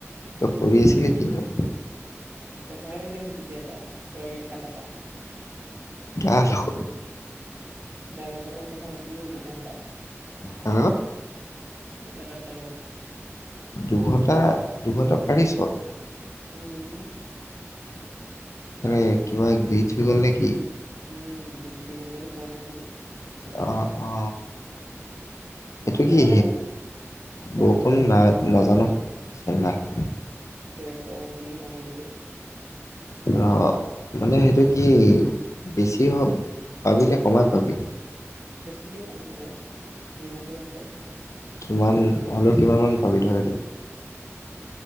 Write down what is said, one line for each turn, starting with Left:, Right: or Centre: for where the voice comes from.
Left: তই কৰি আছিলি কিনো?
Right: কথায়ে পাতি আছো তেতিয়া পা তই কাটা পা
Left: আহ শুও
Right: দাদা এটাৰ লগত কথা পাতিলো দুঘণ্টা
Left: কাৰ লগত
Right: এ দাদা এটা
Left: দুঘন্টা -দুঘন্টা পাৰিছ?
Right: উম।
Left: এনেই কিবা দি থৈ গ'ল নেকি?
Right: উম দি থৈ গ'ল, মই তোক কোৱা নাছিলো!
Left: অ অ। এইটো
Right: তহঁতৰ
Left: কি,
Right: ফালে বৰ ক
Left: বৰষুণ
Right: ক
Left: নাই নাজানো দিছে নাই!
Right: দে ক কি কম বুলি কৈছো
Left: অ, মানে সেইটো কি বেছি হওঁক পাবি নে কমাই পাবি?
Right: বেছিকে পাম আক। যিমানটো ৰাখে
Left: কিমান হ'লেও কিমান মান পাবি তহঁতি?